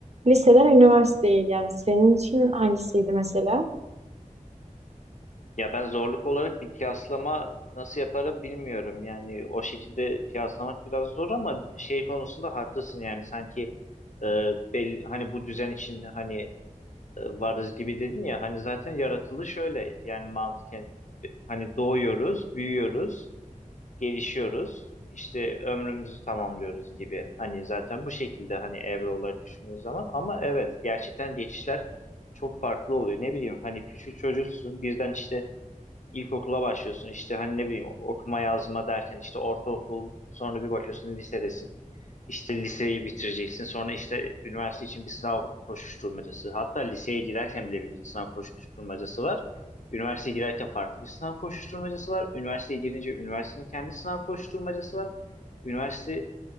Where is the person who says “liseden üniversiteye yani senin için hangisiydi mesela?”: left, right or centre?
Right